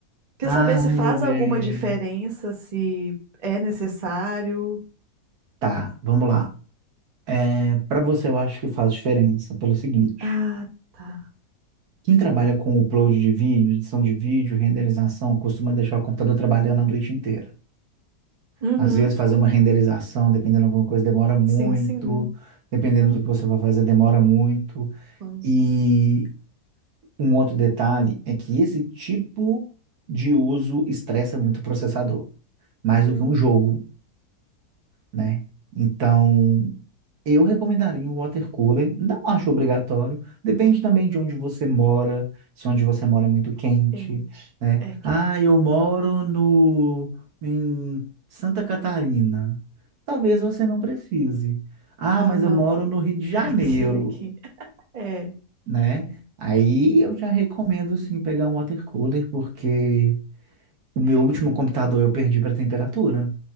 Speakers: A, on the right; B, on the right.
A: Quer
B: Ah,
A: saber se faz
B: eu vejo.
A: alguma diferença, se é necessário?
B: Tá, vamos lá. É, para você eu acho que faz diferença pelo seguinte.
A: Ah, tá.
B: Quem trabalha com upload de vídeo, edição de vídeo, renderização, costuma deixar o computador trabalhando a noite inteira.
A: Uhum.
B: Às vezes, fazer uma renderização, dependendo de alguma coisa, demora muito.
A: Sim, sim.
B: Dependendo do que você vai fazer, demora muito.
A: Vamos,
B: E um outro detalhe é que esse tipo de uso estressa muito o processador, mais
A: Hum,
B: do que um jogo. né? Então, eu recomendaria o water cooler. Não acho obrigatório. Depende também de onde você mora, se onde você mora é muito quente,
A: quente.
B: né?
A: É que.
B: Ah, eu moro no em Santa Catarina. Talvez você não precise. Ah,
A: Ah,
B: mas
A: não.
B: eu moro no Rio de Janeiro,
A: <laughs> Aqui, aqui. É.
B: né? Aí eu já recomendo sim pegar um water cooler porque o meu último
A: aqui.
B: computador eu perdi para temperatura.